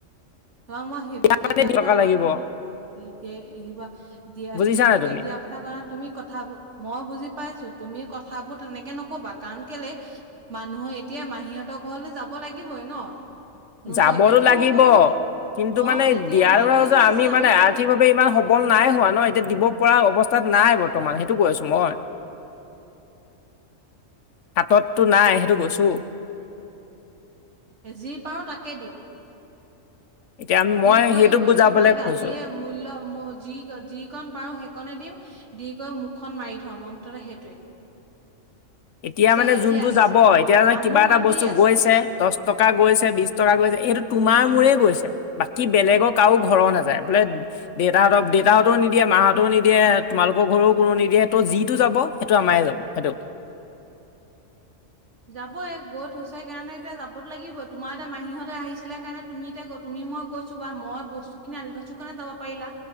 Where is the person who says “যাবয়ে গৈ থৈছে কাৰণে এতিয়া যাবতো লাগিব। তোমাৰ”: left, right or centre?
Right